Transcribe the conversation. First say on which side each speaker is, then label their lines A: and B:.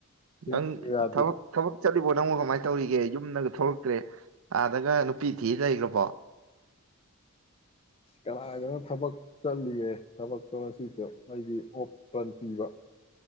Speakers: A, on the left; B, on the right.
A: ꯌꯥꯗꯦ
B: ꯅꯪ ꯊꯕꯛ ꯊꯕꯛ ꯆꯠꯂꯤꯕꯣ ꯅꯪꯉ ꯀꯃꯥꯏꯅ ꯇꯧꯔꯤꯒꯦ ꯌꯨꯝꯗ ꯊ‌‌ꯣꯛꯇ꯭ꯔꯤ ꯑꯒꯥ ꯄꯤ ꯊꯤ ꯂꯩꯈ꯭ꯔꯕ
A: ꯀꯗꯥꯥꯏꯗꯅ ꯊꯕꯛ ꯆꯠꯂꯤꯒꯦ ꯊꯕꯛꯇꯣ ꯉꯁꯤꯗ ꯑꯩꯒꯤ ꯑꯣꯞ ꯇꯟ ꯄꯤꯕ